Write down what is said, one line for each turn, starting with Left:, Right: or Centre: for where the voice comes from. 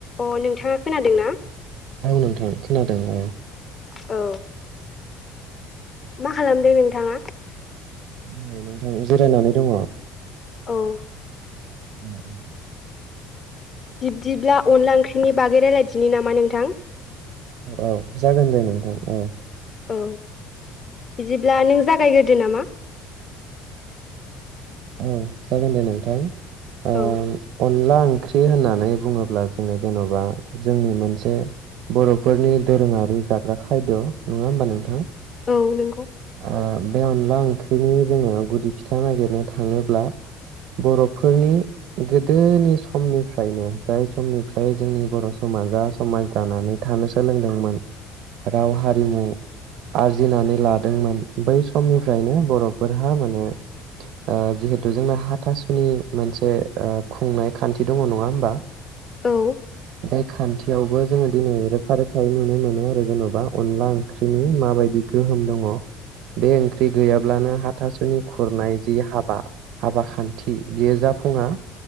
Left: अ नोंथाङा खोनादोंना?
Right: औ नोंथां खोनादों औ
Left: औ मा खालामदों नोंथाङा
Right: नै नोंथां जिरायनानै दङ
Left: औ
Right: <inaudible>
Left: बिब्दिब्ला अनला ओंख्रिनि बागै रायलायदिनि नामा नोंथां?
Right: औ जागोन दे नोंथां औ
Left: औ बिदिब्ला नों जागायग्रोदो नामा?
Right: ओव जागोन दे नोंथां ओ
Left: औ
Right: अनला ओंख्रि होननानै बुङोब्ला जोङो जेन'बा जोंनि मोनसे बर'फोरनि दोरोङारि जाग्रा खायद' नङा होमबा नोंथां?
Left: औ नंगौ
Right: ओ बे अनला ओंख्रिनि जोङो गुदि फिथा नागिरनो थाङोब्ला बर'फोरनि गोदोनि समनिफ्रायनो जाय समनिफ्राय जोंनि बर' समाजा समाज दानानै था थानो सोलोंदोंमोन राव हारिमु आरजिनानै लादोंमोन बै समनिफ्रायनो बर'फोरहा माने
Left: <inaudible>
Right: ओ जिहेतु जोंना हाथासुनि मोनसे ओ खुंनाय खान्थि दङ नङा होमबा
Left: औ
Right: बे खान्थियावबो जोङो दिनै रोखा रोखायै नुनो मोनो आरो जेन'बा अनला ओंख्रिनि माबायदि गोहोम दङ बे ओंख्रि गैयाब्लानो हाथा सुनि खुरनाय जि हाबा हाबा खान्थि बेयो जाफुङा